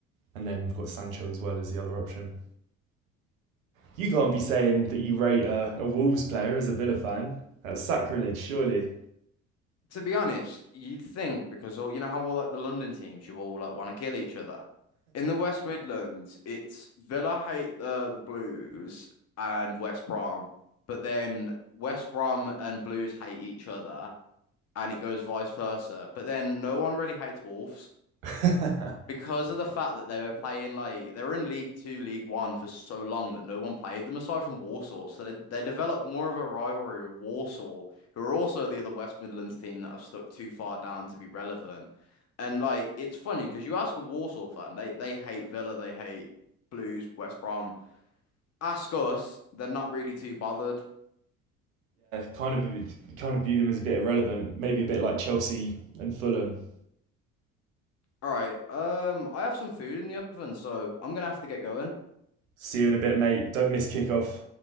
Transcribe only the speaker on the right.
and then we've got Sancho as well as the other option. You can't be saying that you rate a, a Wolves player as a Villa fan. That's sacrilege, surely.
<laughs> yeah,
kind of kind of view them as a bit irrelevant, maybe a bit like Chelsea and Fulham.
See you in a bit, mate. Don't miss kickoff.